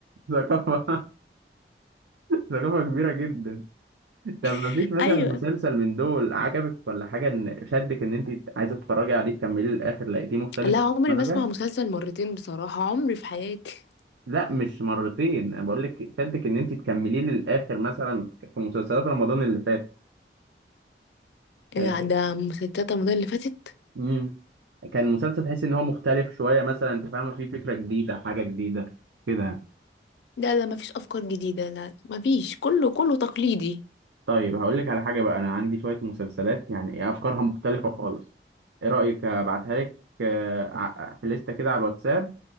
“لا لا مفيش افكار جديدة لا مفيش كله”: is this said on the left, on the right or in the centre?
Left